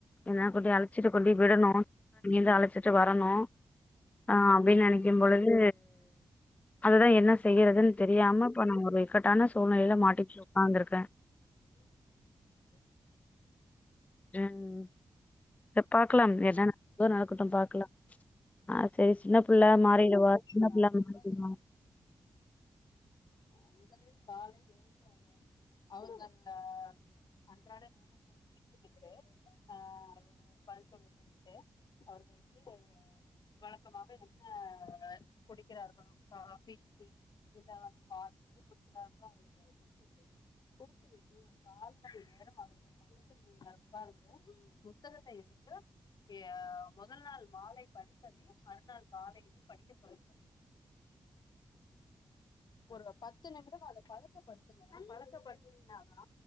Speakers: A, on the left; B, on the left.
A: ஏன்னா கொண்டோய் அழச்சிட்டு கொண்டோய் விடணு
B: ம்
A: அங்கேந்து அழச்சிட்டு வரணு ஆ அப்டின்னு நெனைக்கும் பொழுது அதுதா என்ன செய்யறதுன்னு தெரியாம இப்ப நா ஒரு இக்கட்டான சூழ்நிலையில மாட்டிகிட்டு ஒக்காந்துருக்கே
B: <inaudible>
A: ம் த பாக்கலாம் என்ன <unintelligible> நடக்கட்டும் பாக்கலா ஆ செரி சின்னப் புள்ள
B: ம்
A: மாறிடுவா
B: தோழி
A: சின்னப்
B: இப்ப நா
A: புள்ள <unintelligible>
B: சொல்வது அ முதலில் காலை எழுந்தவுடன் அவர்கள் அ அன்றாட வேலைகளை வித்து விட்டு ஆ ஒரு பல் துலக்கி விட்டு அவர்களுக்கு வழக்கமாக என்ன குடிக்கிறார்களோ காஃபி டீ இல்ல வந்து பால் எது குடிக் கிறார்களோ அதை அ குடுத்து விடுங்க குடுத்து விட்டு ஒரு கால் மணி நேரம் அவர்கள் பக்கத்தில் நீண்ட பாருங்க புத்தகத்தை எடுத்து அ முதல் நாள் மாலை படித்ததை மறுநாள் காலையிலும் படிக்க சொல்லுங்கள் <inaudible> ஒரு பத்து நிமிடம் அத பழக்கப்படுத்துங்க பழக்கப்படுனீங்கன்னாதா